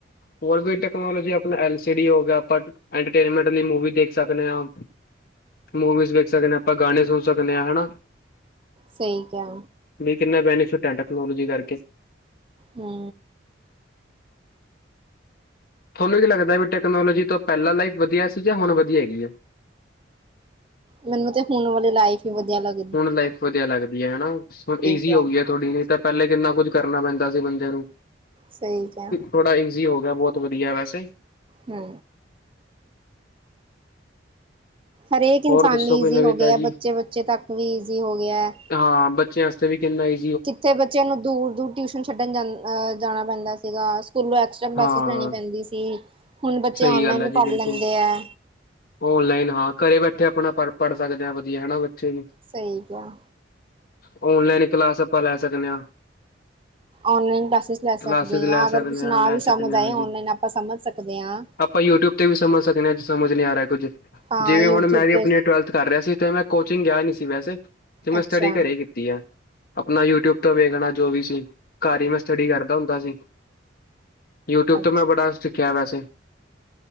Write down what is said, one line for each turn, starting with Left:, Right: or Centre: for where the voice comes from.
Left: ਹੋਰ ਕੋਈ ਟੈਕਨੋਲੋਜੀ ਆਪਣਾ ਐਲ ਸੀ ਡੀ ਹੋ ਗਿਆ ਆਪਾਂ ਏਂਟਟੇਂਨਮੈਂਟ ਲਈ ਮੂਵੀ ਦੇਖ ਸਕਣੇ ਆਂ ਮੂਵੀਜ਼ ਵੇਖ ਸਕਣੇ ਆਂ, ਆਪਾਂ ਗਾਣੇ ਸੁਣ ਸਕਣੇ ਆਂ ਹਨਾ।
Right: ਸਈ ਕਿਆ।
Left: ਵੀ ਕਿੰਨਾ ਬੈਨੀਫਿਟ ਐ ਟੈਕਨੋਲੋਜੀ ਕਰਕੇ।
Right: ਹੂੰ।
Left: ਥੋਂਨੂੰ ਕੀ ਲੱਗਦੈ ਵੀ ਟੈਕਨੋਲੋਜੀ ਤੋਂ ਪੈਲਾਂ ਲਾਈਫ ਵਧੀਆ ਸੀ ਜਾਂ ਹੁਣ ਵਧੀਆ ਹੈਗੀ ਐ?
Right: ਮੈਨੂੰ ਤੇ ਹੁਣ ਵਾਲੀ ਲਾਈਫ ਈ ਵਧੀਆ ਲੱਗ
Left: ਹੁਣ ਲਾਈਫ ਵਧੀਆ ਲੱਗਦੀ ਐ ਹੇਨਾ ਹੁਣ ਈਜ਼ੀ
Right: ਕਿਹਾ
Left: ਹੋਗੀ ਐ ਥੋੜੀ ਨਈ ਤਾਂ ਪੈਲੇ ਕਿੰਨਾ ਕੁੱਝ ਕਰਨਾ ਪੈਂਦਾ ਸੀ ਬੰਦੇ ਨੂੰ।
Right: ਸਈ ਕਿਆ।
Left: ਥੋੜ੍ਹਾ ਈਜ਼ੀ ਹੋ ਗਿਆ ਬੋਤ ਵਧੀਆ ਵੈਸੇ।
Right: ਹੂੰ। ਹਰੇਕ ਇਨਸਾਨ
Left: ਹੋਰ ਦੱਸੋ
Right: ਲਈ
Left: ਕੋਈ
Right: ਈਜ਼ੀ
Left: ਨਵੀਂ
Right: ਹੋ
Left: ਤਾਜੀ
Right: ਗਿਆ ਬੱਚੇ-ਬੱਚੇ ਤੱਕ ਵੀ ਈਜ਼ੀ ਹੋ ਗਿਐ
Left: ਹਾਂ ਬੱਚਿਆਂ ਵਾਸਤੇ ਵੀ ਕਿੰਨਾ ਈ
Right: ਕਿੱਥੇ ਬੱਚਿਆਂ ਨੂੰ ਦੂਰ-ਦੂਰ ਟਿਊਸ਼ਨ ਛੱਡਣ ਜਾਨ ਜਾਣਾ ਪੈਂਦਾ ਸੀਗਾ ਸਕੂਲੋਂ ਐਕਸ <unintelligible> ਕਲਾਸਿਸ
Left: ਹਾਂ
Right: ਲੈਣੀ ਪੈਂਦੀ ਸੀ ਹੁਣ ਬੱਚੇ
Left: ਸਹੀ
Right: ਔਨਲਾਈਨ
Left: ਗੱਲ ਹੈ
Right: ਈ
Left: ਜੀ
Right: ਪੜ੍ਹ
Left: ਬਿਲਕੁਲ
Right: ਲੈਂਦੇ ਐ।
Left: ਔਨਲਾਈਨ ਹਾਂ ਘਰੇ ਬੈਠੇ ਆਪਣਾ ਪ ਪੜ੍ਹ ਸਕਦੇ ਆ ਵਧੀਆ ਹਨਾ ਬੱਚੇ ਵੀ।
Right: ਸਈ ਕਿਆ।
Left: ਓਨਲੈਂਨ ਕਲਾਸ ਆਪਾਂ ਲੈ ਸਕਣੇ ਆਂ
Right: ਔਨਲਾਈਨ ਕਲਾਸਿਸ ਲੈ
Left: ਕਲਾਸਿਸ
Right: ਸਕਦੇ
Left: ਲੈ
Right: ਆਂ ਅਗਰ
Left: ਸਕਦੇ
Right: ਕੁਛ
Left: ਹਾਂ
Right: ਨਾ
Left: ਲੈ
Right: ਵੀ
Left: ਸਕਦੇ
Right: ਸਮਝ
Left: ਹਾਂ
Right: ਆਏ
Left: ਹਾਂਜੀ
Right: ਔਨਲਾਈਨ ਆਪਾਂ ਸਮਝ ਸਕਦੇ ਆਂ।
Left: ਆਪਾਂ ਯੂਟਿਊਬ ਤੇ ਵੀ ਸਮਝ ਸਕਣੇ ਆਂ ਜੇ ਸਮਝ ਨੀ ਆ ਰਿਆ ਕੁੱਝ ਜਿਵੇਂ
Right: ਹਾਂ ਯੂਟਿਊਬ
Left: ਹੁਣ ਮੈਂ ਵੀ
Right: ਤੇ
Left: ਆਪਣੇ ਟਵੈਲਥ ਕਰ ਰਿਆ ਸੀ ਤੇ ਮੈਂ ਕੋਚਿੰਗ ਗਿਆ ਨੀ ਸੀ ਵੈਸੇ ਤੇ ਮੈਂ
Right: ਅੱਛਾ
Left: ਸਟੱਡੀ ਘਰੇ ਈ ਕੀ ਤੀ ਐ ਆਪਣਾ ਯੂਟਿਊਬ ਤੋਂ ਵੇਖਣਾ ਜੋ ਵੀ ਸੀ ਘਰ ਈ ਮੈਂ ਸਟੱਡੀ ਕਰਦਾ ਹੁੰਦਾ ਸੀ। ਯੂਟਿਊਬ
Right: ਅੱਛਾ
Left: ਤੋਂ ਮੈਂ ਬੜਾ ਸਿੱਖਿਆ ਵੈਸੇ।